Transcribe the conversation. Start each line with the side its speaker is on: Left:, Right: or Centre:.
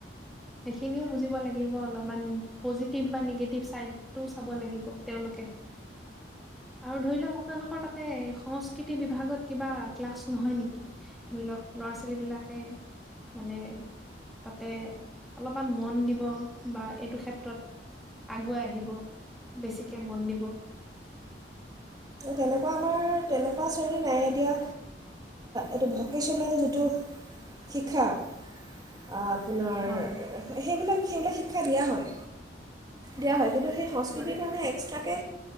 Centre: সেইখিনিও বুজিব লাগিব অলপমান। পজিটিভ বা নিগেটিভ চাইডটো চাব লাগিব তেওঁলোকে। আৰু ধৰি লওক আপোনালোকৰ তাতে। সংস্কৃতি বিভাগ। ভাগত কিবা ক্লাছ নহয় নেকি ধৰি লওক ল'ৰা ছোৱালীবিলাকে মানে তাতে অলপমান মন দিব বা এইটো ক্ষেত্ৰত আগুৱাই আহিব বেছিকে মন দিব।
Right: তেনেকুৱা আমাৰ তেনেকুৱা শ্ৰেণীৰ নাই এতিয়া এইটো ভকেচনেল যিটো শিক্ষা আ। আপোনাৰ
Centre: হয়
Right: সেইবিলাক। সেইবিলাক শিক্ষা দিয়া হয় দিয়া হয়। কিন্তু সেই সংস্কৃতিৰ
Centre: হয়
Right: কাৰণে এক্সট্ৰাকে